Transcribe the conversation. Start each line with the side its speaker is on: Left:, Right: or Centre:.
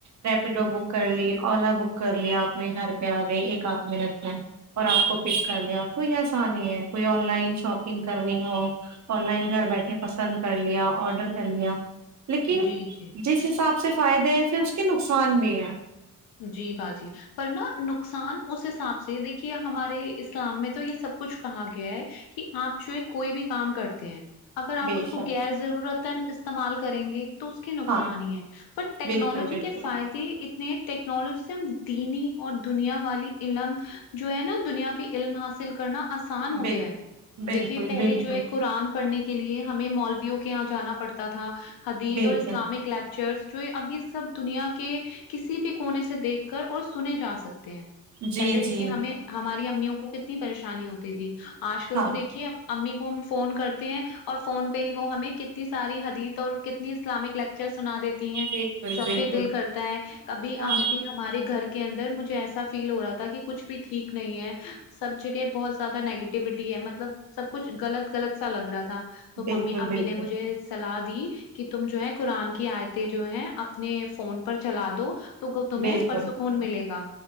Right: ریپیڈو بک کر لی اولا بک کر لی آپنے گھر پہ آ گئی ایک آھ منٹ میں اور آپ کو پک کر لیا آپ تو یہ آسانی ہے کوئی آن لائن شاپنگ کرنی ہو آن لائن گھر
Left: جی
Right: بیٹھے پسند کر لیا آڈر کر لیا لیکن
Left: جی جی
Right: جس حساب سے فائدے ہیں پھر اس کے نقصان بھی ہیں
Left: جی باجی پر نا نقصان اس حساب سے دیکھیے ہمارے اسلام میں تو یہ سب کچھ کہا گیا ہے کہ آپ جو ہے کوئی بھی کام کرتے ہیں اگر آپ
Right: بے
Left: اس کو
Right: شک
Left: غیر ضرورتن استعمال کریں گے اس کے نقصان
Right: ہاں
Left: ہی ہے پر ٹیکنالوجی
Right: بالکل بالکل
Left: کے فائدے اتنے ٹیکنالوجی سے ہم دینی اور دنیا والی علم جو ہے نا دنیاوی علم حاصل کرنا آسان ہو
Right: بال
Left: گیا ہے
Right: بالکل
Left: دیکھیے پہلے
Right: بالکل
Left: جو ہے قرآن پڑھنے کے لیے ہمیں مالویو کے یہاں جانا پڑتا تھا حدیید
Right: بالکل
Left: اور اسلامک لیکچرس جو اب یہ سب دنیا کے کسی بھی کونے سے دیکھ کر اور سنے جا سکتے ہیں
Right: جی
Left: پہلے دیکھیے
Right: جی
Left: ہمیں ہماری امیوں کو کتنی پریشانی ہوتی تھی آج کل
Right: ہاں
Left: تو دیکھیے امی کو ہم فون کرتے ہیں اور فون پہ ہی وہ ہمیں کتنی ساری حدیت اور کتنی اسلامک لک چرس سنا دیتی ہیں
Right: بالکل
Left: جب
Right: بالکل
Left: بھی دل کرتا ہے کبھی
Right: ہاں
Left: آ ہمارے گھر کے اندر مجھے ایسا فیل ہو رہا تھا کہ کچھ بھی ٹھیک نہیں ہے سب جگہ بہت زیادہ نیگیٹیوٹی ہے مطلب سب کچھ غلط غلط سا لگ رہا تھا تو
Right: بالکل
Left: ممی امی
Right: بالکل
Left: نے مجھے سلاح دی کہ تم جو ہے قرآن کی آیتیں جو ہے اپنے فون پر چلا دو تو تمہیں
Right: بالکل
Left: پرسکون ملے گا